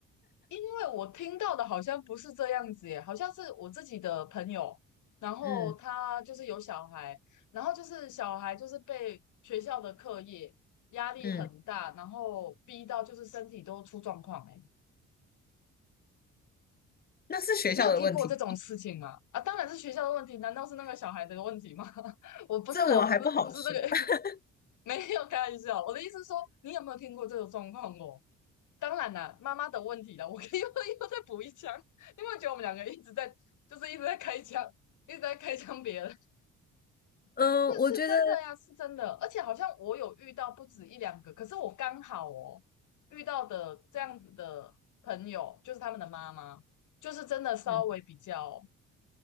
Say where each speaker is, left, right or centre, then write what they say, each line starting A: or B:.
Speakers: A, on the left (about 80°); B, on the left (about 30°).
A: 因为我听到的好像不是这样子耶，好像是我自己的朋友，然后他就是有小孩，
B: 嗯
A: 然后就是小孩就是被学校的课业压力很大，
B: 嗯，
A: 然后逼到就是身体都出状况哎。
B: 那是学校的问题，
A: 你有听过这种事情吗？啊，当然是学校的问题，难道是那个小孩的问题吗？<laughs> 我不是啦，
B: 这我还不好说。
A: 我不是，我不是这个，
B: <laughs>
A: <laughs> 没有开玩笑。我的意思是说，你有没有听过这种状况哦？当然啦，妈妈的问题啦，我可以 <laughs> 又又再补一枪。你有没有觉得我们两个一直在，就是一直在开枪，一直在开枪别人？<laughs>
B: 嗯，
A: 这是真的呀，
B: 我觉得
A: 是真的。而且好像我有遇到不止一两个，可是我刚好哦遇到的这样子的朋友，就是他们的妈妈，就是真的稍微比较
B: 嗯，